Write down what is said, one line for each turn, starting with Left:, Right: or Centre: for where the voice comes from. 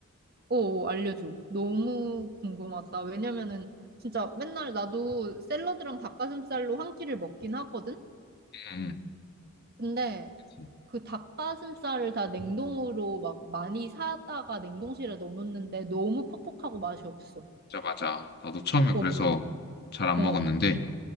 Right: 오, 알려줘. 너무 궁금하다. 왜냐면은 진짜 맨날 나도 샐러드랑 닭가슴살로 한 끼를 먹긴 하거든?
Left: 응,
Right: 근데
Left: 응.
Right: 그 닭가슴살을 다 냉동으로 막 많이 사다가 냉동실에 넣어놓는데 너무 퍽퍽하고 맛이 없어.
Left: 진짜 맞아. 나도 처음에
Right: 어,
Left: 그래서
Right: 그,
Left: 잘 안
Right: 어,
Left: 먹었는데